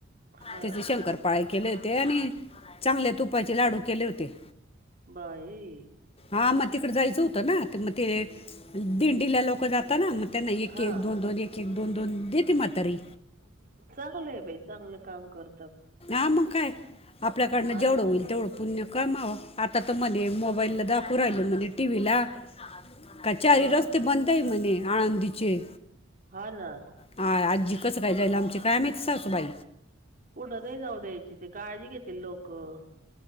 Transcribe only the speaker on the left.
त्याचे शंकर पाळ्या केले होते आणि चांगल्या तुपाचे लाडू केले होते
आ मग तिकडं जायचं होतं ना ते म ते दिंडीला लोकं जात ना म त्यांना एक
एक दोन दोन एक एक दोन दोन देते मातारी.
आं मग काय, आपल्याकडनं
जेवढं
होईल तेवढं पुण्य कमावा. आता त म्हणे मोबाईलला दाकू राहिले म्हणे टी व्ही ला क चाळी
रस्ते बंदे म्हणे, आळंदीचे.
आ आजी कसं काय जाईल आमची काय माहित सासू बाई.